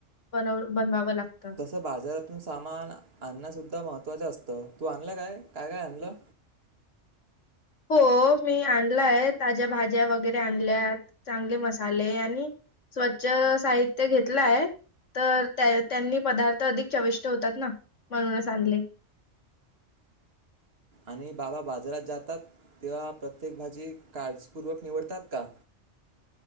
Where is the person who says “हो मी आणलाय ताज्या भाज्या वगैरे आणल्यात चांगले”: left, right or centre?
Left